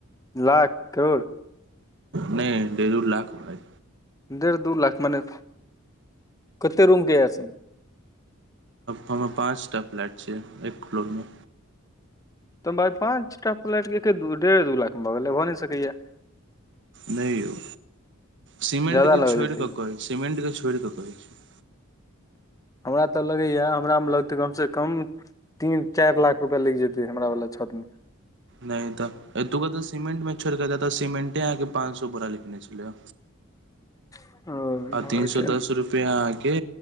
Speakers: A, on the left; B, on the right.
A: लाख करोड़
B: नहि डेढ़ दू लाख भइ
A: डेढ़ दू लाख मने कते रूम के अय से
B: हमर पाँचटा फ्लैट छियै एक फ्लोरमे
A: तऽ भााय पाँंच टा प्लैट के एके दू डेढ़े दू लाख मे भऽ गेलै भ नहि सकैया
B: नहि यौ सीमेंट
A: ज्यादा
B: के
A: लगलै
B: छोड़
A: तैयो
B: कऽ कहै सीमेंट के छोड़ कऽ कहै छी
A: हमरा तऽ लगैए हमरामे लगतै कमसँ कम तीन चारि लाख रुपआ लागि जेतै हमरा वालला छत मे
B: नहि तऽ एतुका तऽ सीमेंटमे छोड़ि कऽ दे तऽ सीमेंटे अहाँके पाँच सए बोरा लिखने छलैए
A: मे ओ
B: आ तीन
A: आर
B: सो
A: के
B: दस रुपआ अहके